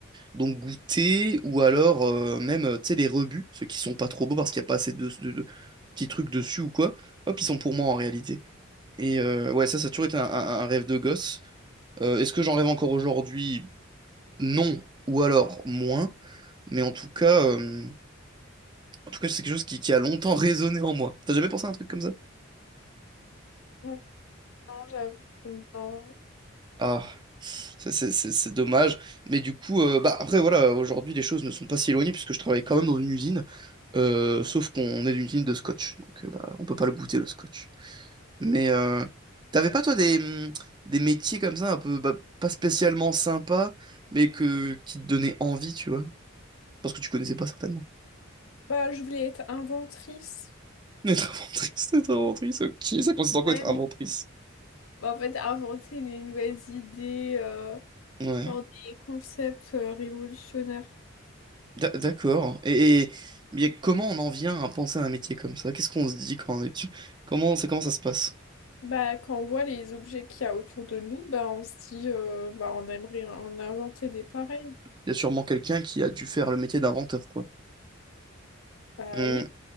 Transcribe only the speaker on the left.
Mm, Non, j'avoue que non.
Bah, je voulais être inventrice.
Ouais,
mais... Bah, en fait, inventer des nouvelles idées, euh,
genre des concepts euh, révolutionnaires.
Bah, quand on voit les objets qu'il y a autour de nous, bah, on se dit, euh, bah, on aimerait en inventer des pareils.
Bah
oui,